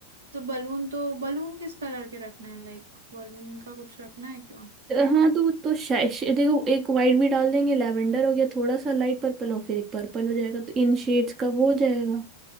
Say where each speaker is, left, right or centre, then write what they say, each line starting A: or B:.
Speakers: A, on the right; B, on the right.
A: तो बलून तो बलून किस कलर के रखना है लाइक बलून का कुछ रखना है क्या
B: हाँ तो तो शायद देखो एक वाइट भी डाल देंगे लैवेंडर हो गया थोड़ा सा लाइट पर्पल और फिर एक पर्पल हो जाएगा तो इन शेड्स का वो हो जाएगा